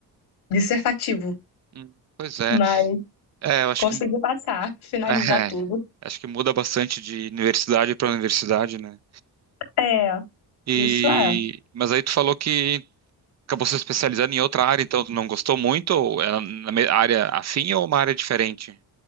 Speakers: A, on the left; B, on the right.
A: dissertativo.
B: Hum, Pois é.
A: Mas
B: É, eu acho
A: consegui
B: que
A: passar, <laughs> finalizar
B: <laughs> é,
A: tudo.
B: acho que muda bastante de universidade para universidade, né?
A: É,
B: E
A: isso é.
B: mas aí tu falou que acabou se especializando em outra área, então tu não gostou muito? Ou é na me- área afim ou uma área diferente?